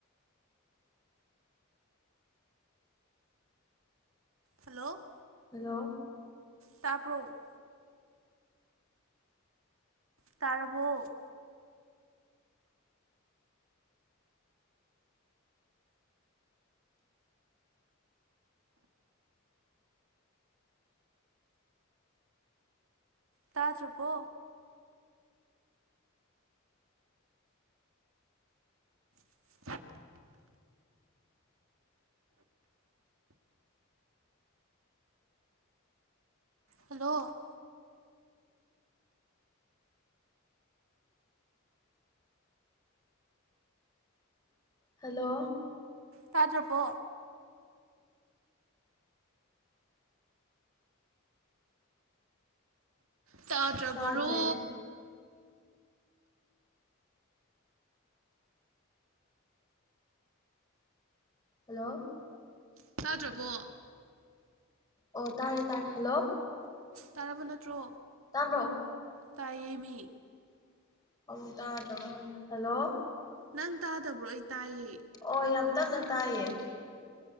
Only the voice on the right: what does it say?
ꯍꯜꯂꯣ
ꯇꯥꯕ꯭ꯔꯣ ꯇꯥꯔꯕꯣ ꯇꯥꯗ꯭ꯔꯕꯣ <inaudible> ꯍꯜꯂꯣ
ꯇꯥꯇ꯭ꯔꯕꯣ ꯇꯥꯗ꯭ꯔꯥꯕꯔꯣ
ꯇꯥꯗ꯭ꯔꯕꯣ
ꯇꯥꯔꯕ ꯅꯠꯇ꯭ꯔꯣ
ꯇꯥꯏꯌꯦꯃꯤ
ꯅꯪ ꯇꯥꯗꯕ꯭ꯔꯣ ꯑꯩ ꯇꯥꯏꯌꯦ